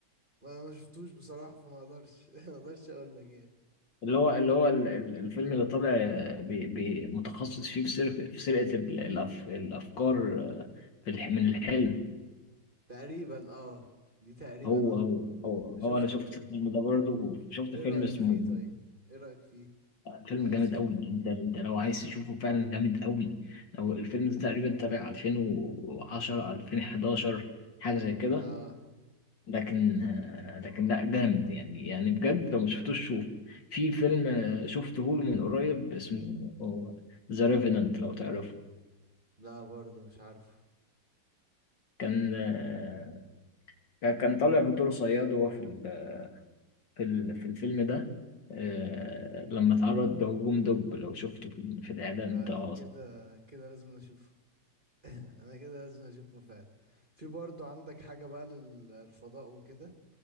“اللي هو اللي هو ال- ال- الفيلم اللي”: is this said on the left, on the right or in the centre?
Left